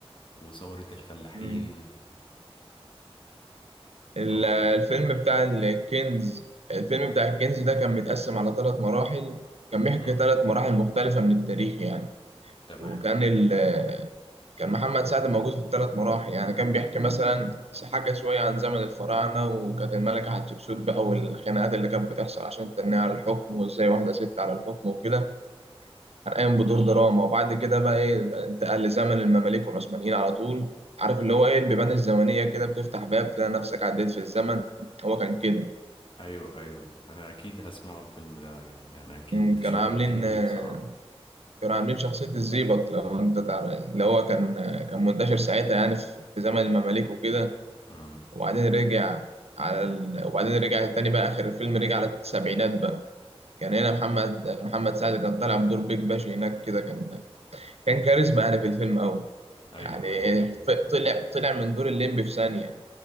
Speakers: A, on the left (about 55°); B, on the right (about 75°).
A: وثورة الفلاحين
B: مم. ال-
A: هو
B: الفيلم بتاع الكنز الفيلم بتاع الكنز ده كان متقسم على ثلاث مراحل كان بيحكي
A: مم.
B: ثلاث مراحل مختلفة من التاريخ يعني
A: تمام
B: وكان ال كان محمد سعد موجود في الثلاث مراحل يعني كان بيحكي مثلا حاجة شوية عن زمن الفراعنة وكانت الملكة حتشبسوت بقى والخناقات اللي كانت بتحصل عشان تنيه على الحكم وازاي واحدة ست على الحكم وكده كان قايم بدور دراما وبعد كده بقى ايه انتقل لزمن المماليك والعثمانيين على طول عارف اللي هو ايه البيبان الزمنية كده بتفتح باب تلاقي نفسك عديت في الزمن هو كان كده
A: ايوه ايوه انا اكيد هسمعه الفيلم ده يعني انا اكيد
B: مم،
A: انت
B: كانوا
A: شوقتني
B: عاملين
A: ليه
B: آه،
A: بصراحة
B: كانوا عاملين شخصية الزيبق لو انت تعرف اللي هو كان آه، كان منتشر ساعتها يعني في في زمن المماليك وكده
A: امم
B: وبعدين رجع على ال... وبعدين رجع تاني بقى آخر الفيلم رجع على السبعينات بقى كان هنا محمد محمد سعد كان طالع بدور بيج باشا هناك كده كان كان كاريزما
A: أمم.
B: يعني في الفيلم أوي
A: ايوه
B: يعني
A: ايوه
B: ف-
A: ايوه
B: طلع طلع من دور الليمبي في ثانية